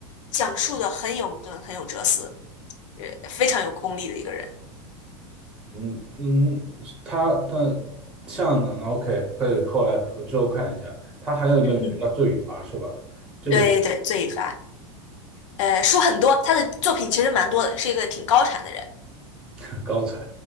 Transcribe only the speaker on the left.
讲述的很有矛盾，很有哲思，呃，非常有功力的一个人。
嗯，
对对，罪与罚。呃，书很多，他的作品其实蛮多的，是一个挺高产的人。